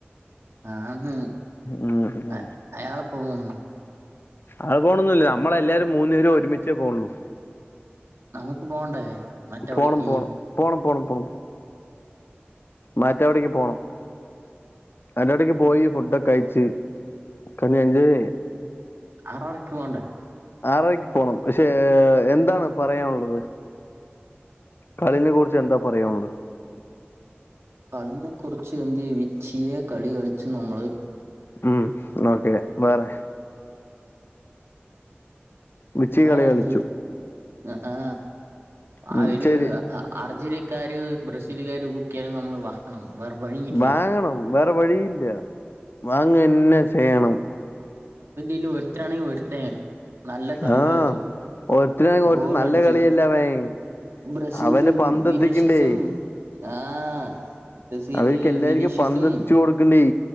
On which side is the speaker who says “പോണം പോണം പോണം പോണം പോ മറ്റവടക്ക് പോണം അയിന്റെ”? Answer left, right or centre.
Left